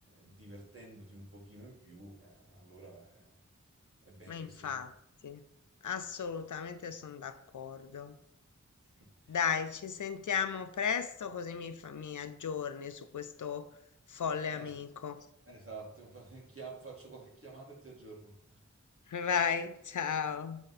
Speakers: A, on the right; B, on the left.
A: divertendoti un pochino in più, eh, allora è, è bene
B: ma infatti,
A: che sia così.
B: assolutamente sono d'accordo.
A: <laughs>
B: Dai, ci sentiamo presto così mi, fa- mi aggiorni su questo folle
A: Es-
B: amico.
A: Esatto, infatti, chiam- faccio qualche chiamata e ti aggiorno.
B: <laughs> Vai, ciao.